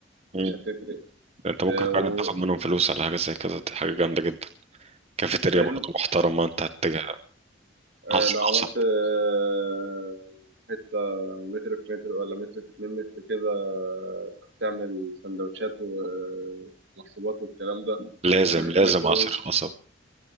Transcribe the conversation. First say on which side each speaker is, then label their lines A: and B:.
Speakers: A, on the right (about 75°); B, on the right (about 35°).
A: مش
B: مم.
A: هتفرق
B: انت ممكن
A: آه، و-
B: فعلا تاخد منهم فلوس على حاجة زي كده دي حاجة جامدة جدا كافيتيريا
A: فاهم
B: برضه محترمة انت هتجي
A: آه،
B: عصير
A: لو عملت
B: قصب
A: آه، حتة متر في متر ولا متر في اتنين متر كده آه، تعمل سندوتشات ومشروبات والكلام ده
B: لازم
A: هتدخلك
B: لازم
A: فلوس
B: عصير قصب